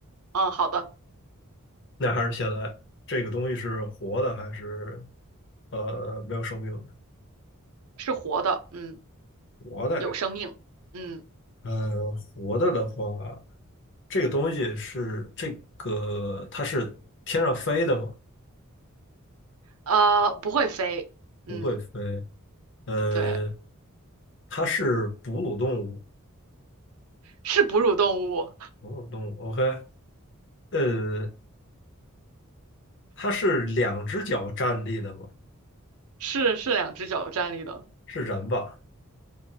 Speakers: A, on the right; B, on the left.
A: 嗯，好的，
B: 那还是现在这个东西是活的还是呃没有生命的？
A: 是活的，嗯，
B: 活的呀，
A: 有生命，嗯，
B: 呃，活的的话，这个东西是这个它是天上飞的吗？
A: 呃，不会飞，
B: 不会飞，
A: 嗯，
B: 呃，
A: 对，
B: 它是哺乳动物，
A: 是哺乳动物，
B: 哺乳动物，OK，呃，它是两只脚站立的吗？
A: <laughs> 是是两只脚站立的，
B: 是人吧？